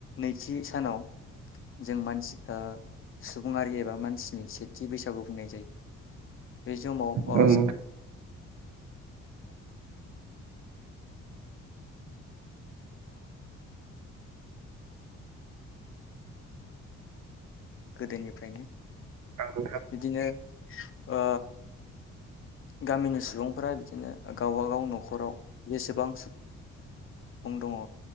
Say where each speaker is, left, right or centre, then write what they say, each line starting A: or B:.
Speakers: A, on the left (about 45°); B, on the right (about 70°).
A: नैथि सानाव जों मानसि ओ सुबुङारि एबा मानसिनि सेथि बैसागु बुंनाय जायो बे समाव अ
B: नोंथां ओं
A: गोदोनिफ्रायनो
B: नोंथां
A: बिदिनो ओ गामिनि सुबुंफोरा बिदिनो गावबागाव नखराव जेसेबां स सुबुं दङ